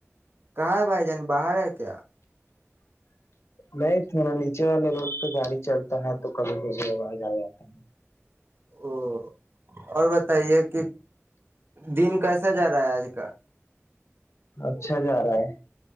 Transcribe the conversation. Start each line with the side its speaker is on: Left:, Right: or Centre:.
Right: کہاں ہے بھائی جان باہر ہے کیا
Left: نہیں تھوڑا نیچے والے روڈ پہ گاڑی چلتا ہے تو کبھی کبھی آواز آ جاتا ہے
Right: او اور بتائیے کہ دن کیسا جا رہا ہے آج کا
Left: اچھا جا رہا ہے